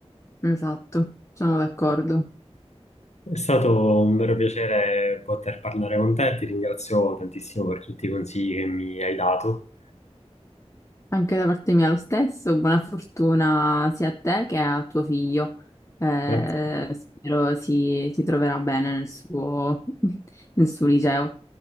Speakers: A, on the left; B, on the left.
A: esatto, sono d'accordo.
B: È stato un vero piacere poter parlare con te, ti ringrazio tantissimo per tutti i consigli che mi hai dato.
A: Anche da parte mia lo stesso, buona fortuna sia a te che a tuo figlio. Eh,
B: Grazie,
A: spero si, si troverà bene nel suo, <laughs> nel suo liceo.